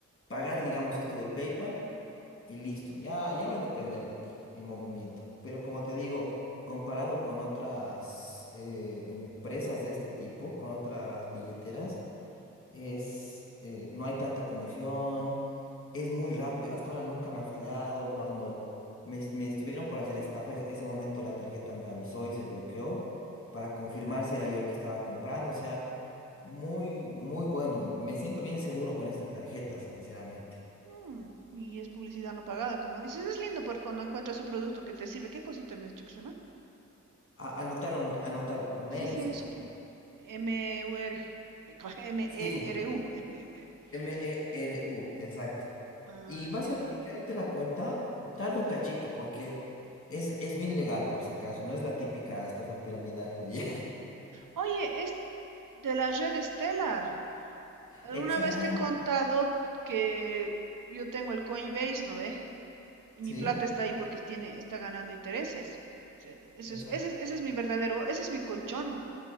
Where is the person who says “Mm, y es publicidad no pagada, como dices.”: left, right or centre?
Right